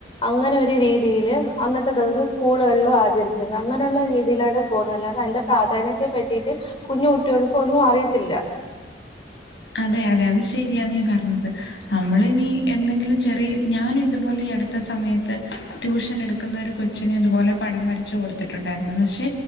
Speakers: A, on the left (about 30°); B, on the left (about 80°).
A: അങ്ങനെ ഒരു രീതിയില് അന്നത്തെ ദെവസം സ്കൂള് കളിലോ ആചരിക്കുന്നു. അങ്ങനെ ഒള്ള രീതിയിലാണ് പോകുന്നത് അല്ലാതെ അതിന്റെ പ്രാധാന്യത്തെ പറ്റിയിട്ട് കുഞ്ഞു കുട്ടികൾക്ക് ഒന്നും അറിയത്തില്ല.
B: അതെ അതെ അത് ശരിയാണ് നീ പറഞ്ഞത്. നമ്മള് ഇനി എന്തെങ്കിലും ചെറിയ ഞാനും ഇത് പോലെ ഈ അടുത്ത സമയത്ത് ട്യൂഷന് എടുക്കുന്ന ഒരു കൊച്ചിന് ഇതുപോലെ പടം വരച്ച് കൊടുത്തിട്ടുണ്ടായിരുന്നു. പക്ഷേ